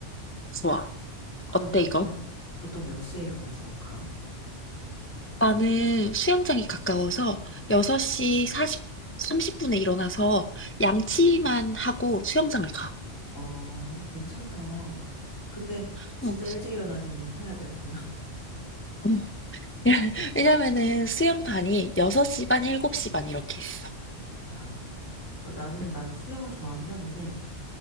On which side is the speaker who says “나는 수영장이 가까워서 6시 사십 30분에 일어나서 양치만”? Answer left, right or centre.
Left